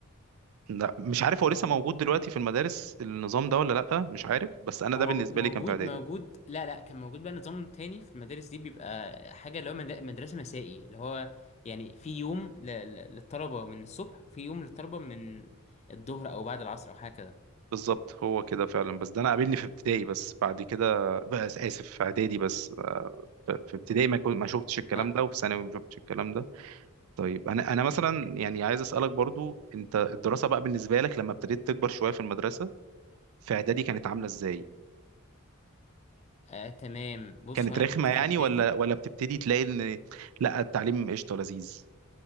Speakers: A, on the right; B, on the left.
A: لا مش عارف هو لسه موجود دلوقتي في المدارس النظام ده ولا لأ مش عارف بس أنا
B: هو
A: ده بالنسبة
B: موجود
A: لي كان في إعدادي
B: موجود لا لا كان موجود بقى نظام تاني في المدارس دي بيبقى حاجة اللي هو مد- مدرسة مسائي اللي هو يعني في يوم ل- ل- للطلبة من الصبح وفي يوم للطلبة من الظهر أو بعد العصر أو حاجة كده
A: بالظبط هو كده فعلا بس ده أنا قابلني في ابتدائي بس بعد كده بس آسف في إعدادي بس آه، ف- في ابتدائي ما كنت ما شفتش الكلام
B: فاهم
A: ده وفي ثانوي ما شفتش الكلام ده طيب أنا أنا مثلا يعني عايز أسألك برضو أنت الدراسة بقى بالنسبة لك لما ابتديت تكبر شوية في المدرسة في إعدادي كانت عاملة إزاي؟
B: آه تمام بص
A: كانت
B: هو أنا
A: رخمة
B: كنت
A: يعني
B: في إعدادي
A: ولا ولا بتبتدي تلاقي إن لأ التعليم قشطة لذيذ؟